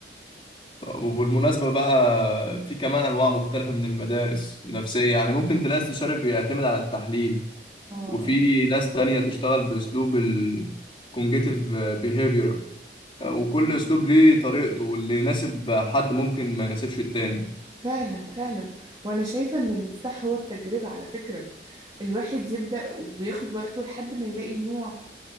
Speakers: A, on the left (about 30°); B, on the right (about 25°).
A: طب وبالمناسبة بقى في كمان انواع مختلفة من المدارس النفسية يعني ممكن تلاقي استشاري بيعتمد على التحليل
B: آه
A: وفي ناس تانية تشتغل باسلوب الكونجيتيف بيهيفير
B: آه
A: وكل اسلوب ليه طريقته واللي يناسب حد ممكن ما يناسبش التاني
B: فعلا فعلا وأنا شايفة إن المفتاح هو التجربة على فكرة الواحد يبدأ وياخد وقته لحد ما يلاقي النوع